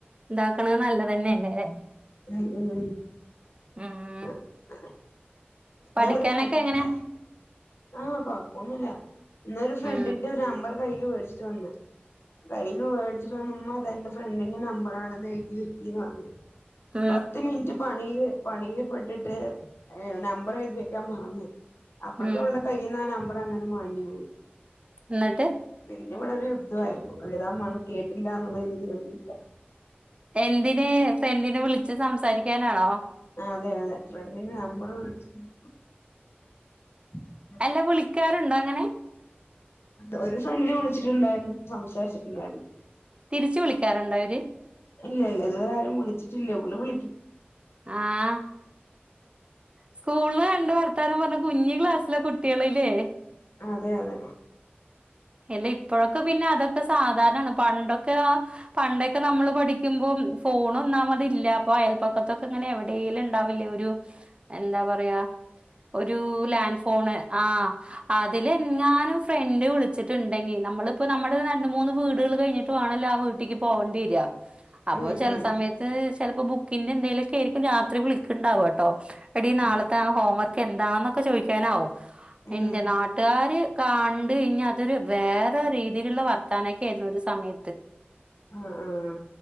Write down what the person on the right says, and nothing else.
ഉണ്ടാക്ക്ണേ നല്ലതന്നെലേ
ഉം
പഠിക്കാനൊക്കെ
എങ്ങനെ
ഉം
ഉം
ഉം
ഇന്നട്ട്
എന്തിന് ഫ്രണ്ടിനെ വിളിച്ച് സംസാരിക്കാനാണോ?
അല്ല വിളിക്കാറ്ണ്ടൊ അങ്ങനെ?
തിരിച്ചു വിളിക്കാറുണ്ടൊ അവര്?
ആഹ് സ്കൂള്ല് കണ്ട് വർത്താനം പറഞ്ഞ്, കുഞ്ഞ് ക്ലാസ്സിലെ കുട്ടികള്ലേ
എല്ല ഇപ്പൊഴൊക്കെ പിന്നെ അതൊക്കെ സാധാരണാണ്, പണ്ടൊക്കെ ആ പണ്ടൊക്കെ നമ്മള് പഠിക്കുമ്പോം, ഫോണൊന്നാമതില്ല, അപ്പൊ അയൽപ്പക്കത്തൊക്കെങ്ങനെ എവിടെ ടേയ്ലുണ്ടാവില്ലേ ഒരു, എന്താ പറയാ ഒരൂ ലാൻഡ് ഫോണ് ആഹ്. അതിലെങ്ങാനും ഫ്രണ്ട് വിളി ച്ചിട്ട്ണ്ടെങ്കി, നമ്മള്പ്പൊ നമ്മള് രണ്ട് മൂന്ന് വീടുകള് കയ്ഞ്ഞ്ട്ട് വേണല്ലോ ആ വീട്ടിക്ക് പോവണ്ടി വരാ അപ്പൊ
ചെല
സമയത്ത്... ചെലപ്പൊ ബുക്കിൻ്റെ എന്തേലൊക്കേരിക്കും രാത്രി വിളിക്ക്ണ്ടാവട്ടോ എടീ നാളത്തെ
ആ ഹോം വർക്കെന്താന്നൊക്കെ ചോയ്ക്കാനാവും.
എൻ്റെ നാട്ട് ട്ടുകാര് കാണ്ട് ഇഞ്ഞ അതൊര് വേറെ രീതീല്ള്ള വർത്താനൊക്കേയിരുന്നു ഒരു സമയത്ത്